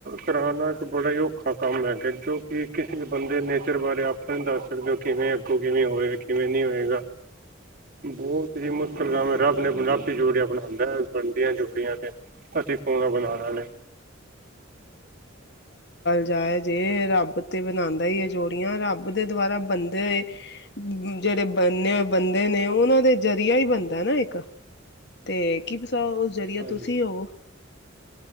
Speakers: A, on the right; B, on the left.
A: ਕਰਾਣਾ ਬੜਾ ਹੀ ਔਖਾ ਕੰਮ ਹੈਗਾ ਜੋ ਕਿ ਕਿਸੇ ਵੀ ਬੰਦੇ ਨੇਚਰ ਬਾਰੇ ਆਪਾਂ ਨੀ ਦੱਸ ਸਕਦੇ ਉਹ ਕਿਵੇਂ ਅੱਗੋਂ ਕਿਵੇਂ ਹੋਏਗਾ ਕਿਵੇਂ ਨਹੀਂ ਹੋਏਗਾ। ਬਹੁਤ ਹੀ ਮੁਸ਼ਕਿਲ ਕੰਮ ਹੈ ਰੱਬ ਨੇ ਰੱਬ ਹੀ ਜੋੜੀਆਂ ਬਣਾਦਾ ਬਣਦੀਆਂ ਜੋੜੀਆਂ ਤੇ। ਅਸੀਂ ਕੌਣ ਆ ਬਣਾਣ ਆਲੇ।
B: ਜਾਇਜ ਜੇ ਰੱਬ ਤੇ ਬਣਾਦਾ ਹੀ ਏ ਜੋੜੀਆਂ ਰੱਬ ਦੇ ਦੁਆਰਾ ਬੰਦੇ, ਜਿਹੜੇ ਬੰਨੇ ਹੋਏ ਬੰਦੇ ਨੇ ਉਹਨਾਂ ਦੇ ਜ਼ਰੀਆ ਹੀ ਬਣਦਾ ਨਾ ਇੱਕ। ਤੇ ਕੀ ਪਤਾ ਉਸ ਜ਼ਰੀਆ
A: ਹਾਂਜੀ
B: ਤੁਸੀਂ ਹੋਵੋ।